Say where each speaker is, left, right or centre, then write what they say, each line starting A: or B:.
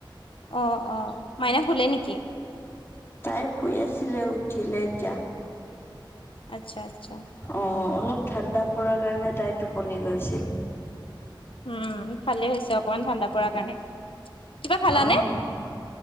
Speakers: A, on the left; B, on the left.
A: অ অ মাইনা শুলে নিকি?
B: তাই শুই আছিলে উঠিলে এতিয়া
A: আচ্ছা আচ্ছা।
B: অ অলপ ঠাণ্ডা পৰাৰ কাৰণে তাই টোপনি গৈছিল।
A: উম ভালে হৈছে অকমান ঠাণ্ডা পৰাৰ কাৰণে। কিবা খালানে?
B: আহ